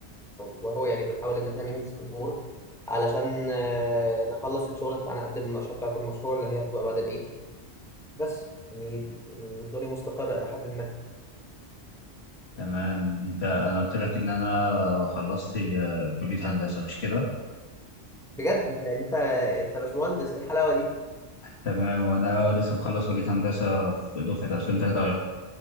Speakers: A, in the centre; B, on the left (about 75°).
A: وهو يعني بنحاول ان احنا ننجز في الامور علشان آه نخلص الشغل بتاعنا قبل المناقشه بتاعه المشروع اللي هي هتبقى بعد العيد بس يعني والدنيا مستقره الى حد ما
B: تمام انت انا قلت لك ان انا خلصت آه، كليه هندسه مش كده
A: بجد انت انت انت باشمهندس ايه الحلاوه دي
B: تمام وانا لسه مخلص كليه هندسه في دفعه 2023